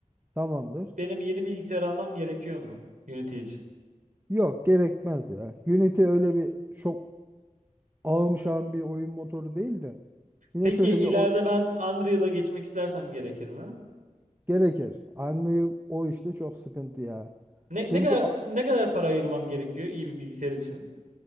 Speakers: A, on the right; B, on the right.
A: tamamdır.
B: Benim yeni bilgisayar almam gerekiyor mu Unity için?
A: Yok gerekmez ya. Unity öyle bir çok ağım şağım bir oyun motoru değil de yine
B: Peki
A: şöyle
B: ileride
A: bir o
B: ben Unreal'a geçmek istersem gerekir mi?
A: gerekir. Unreal o işte çok sıkıntı ya.
B: Ne,
A: Çünkü
B: ne kadar
A: a-
B: ne kadar para ayırmam gerekiyor iyi bir bilgisayar için?